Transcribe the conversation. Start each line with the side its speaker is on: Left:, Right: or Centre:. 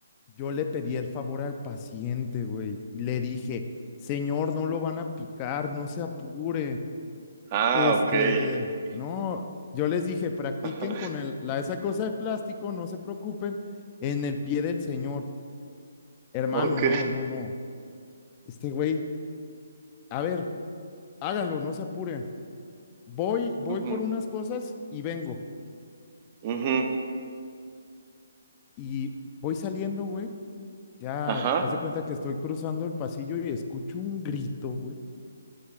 Left: Yo le pedí el favor al paciente, güey. y Le dije, señor, no lo van a picar, no se apure.
Right: Ah,
Left: Este,
Right: ok, <laughs>
Left: no, yo les dije, practiquen
Right: ajá,
Left: con el, la, esa cosa de plástico, no se preocupen, en el pie del señor. Hermano,
Right: ok,
Left: no, no, no. Este güey, a ver, háganlo, no se apuren. Voy, voy
Right: ujú,
Left: por unas cosas y vengo.
Right: ujú,
Left: Y voy saliendo, güey. Ya,
Right: ajá,
Left: haz de cuenta que estoy cruzando el pasillo y escucho un grito, güey.